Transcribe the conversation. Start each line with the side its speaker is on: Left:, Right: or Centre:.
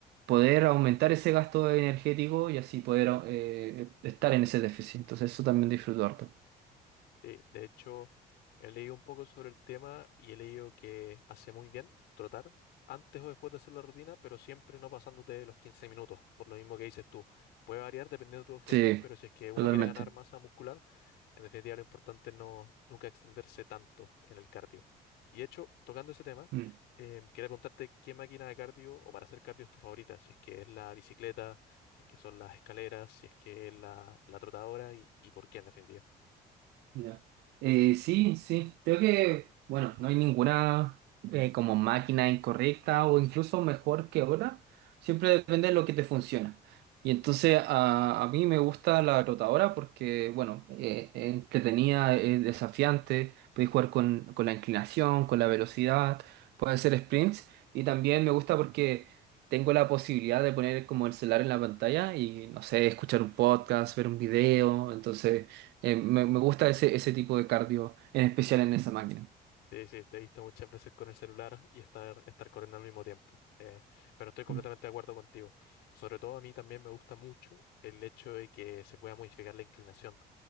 Right: poder aumentar ese gasto energético y así poder eh, estar en ese déficit. Entonces eso también disfruto harto.
Left: Sí, de hecho, he leído un poco sobre el tema y he leído que hace muy bien trotar antes o después de hacer la rutina, pero siempre no pasándote los 15 minutos, por lo mismo que dices tú. Puede variar dependiendo de tus objetivos,
Right: Sí,
Left: pero si es que uno
Right: totalmente.
Left: quiere ganar masa muscular, en definitiva lo importante es no, nunca extenderse tanto en el cardio. Y de hecho, tocando ese tema,
Right: Mm.
Left: eh, quería preguntarte qué máquina de cardio o para hacer cardio es tu favorita, si es que es la bicicleta, si es que son las escaleras, si es que es la, la trotadora y, y por qué en definitiva.
Right: Ya. Eh, sí, sí, creo que, bueno, no hay ninguna eh, como máquina incorrecta o incluso mejor que otra, siempre depende de lo que te funciona. Y entonces a, a mí me gusta la rotadora porque, bueno, eh, es entretenida, es desafiante, puedes jugar con, con la inclinación, con la velocidad, puedes hacer sprints y también me gusta porque tengo la posibilidad de poner como el celular en la pantalla y, no sé, escuchar un podcast, ver un video, entonces... Eh, me, me gusta ese, ese tipo de cardio, en especial en esa máquina.
Left: Sí, sí, te he visto muchas veces con el celular y estar, estar corriendo al mismo tiempo. Eh, pero estoy completamente
Right: Mm,
Left: de acuerdo contigo. Sobre todo a mí también me gusta mucho el hecho de que se pueda modificar la inclinación,